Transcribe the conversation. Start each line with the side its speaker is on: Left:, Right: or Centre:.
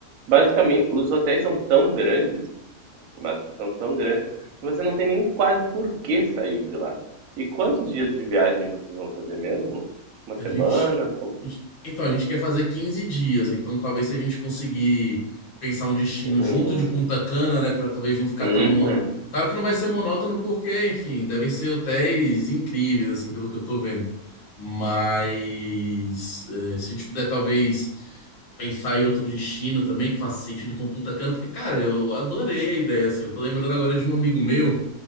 Right: basicamente, os hotéis são tão grandes, Matheus, são tão grandes, que você não tem nem quase por que sair de lá. E quantos dias de viagem vocês vão fazer mesmo? Uma semana?
Left: A gente,
Right: Como-
Left: a gente- Então, a gente quer fazer 15 dias, então talvez se a gente conseguir pensar um destino
Right: Um...
Left: junto de Punta Cana, né, para talvez não ficar
Right: um,
Left: tão mono.
Right: Uhum.
Left: Claro que não vai ser monótono porque, enfim, devem ser hotéis incríveis, assim, pelo que eu tô vendo. Mas eh, se a gente puder talvez pensar em outro destino também que faça sentido com Punta Cana, porque, cara, eu adorei a ideia, assim. Eu tô lembrando agora de um amigo meu